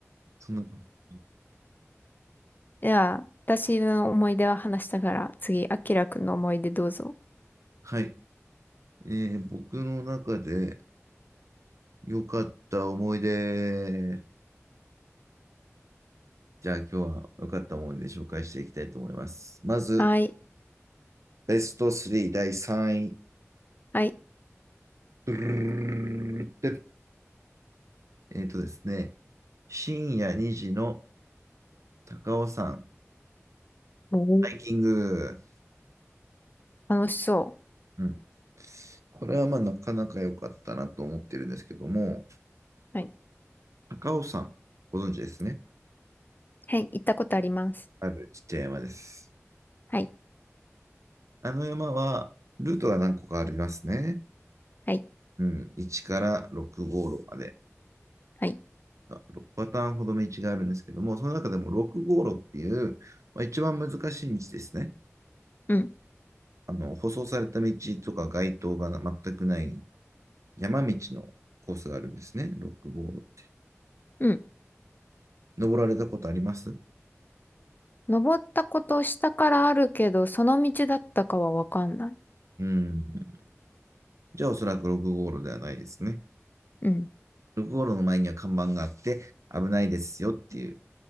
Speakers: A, on the right; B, on the left.
A: そんな感じ。
B: いや、私の思い出は話したから、次、あきらくんの思い出どうぞ。
A: はい。えー、僕の中で良かった思い出。じゃあ今日は良かった思い出紹介していきたいと思います。まず、
B: はい。
A: ベスト3第3位。
B: はい。
A: ドゥルルルルルルっえーとですね、深夜2時の高尾山
B: おー
A: ハイキング。
B: 楽しそ
A: うんこれはまあなかなか良かったなと思ってるんですけども、
B: う。はい。
A: 高尾山、ご存知ですね。
B: はい。行ったことあります。
A: あるちっちゃい山です。
B: はい。
A: あの山は、ルートが何個かありますね。
B: はい。
A: うん、1から6号路まで。
B: はい。
A: 6パターンほど道があるんですけども、その中でも6号路っていう、まあ、一番難しい道ですね。
B: うん。
A: あの、舗装された道とか街灯が全くない山道のコースがあるんですね。6号路って。
B: うん
A: 登られたことあります
B: 登ったこと下からあるけど、その道だったかはわかんない。
A: うん。じゃあおそらく6号路ではないですね。
B: うん。
A: 道路の前には看板があって、危ないですよっていう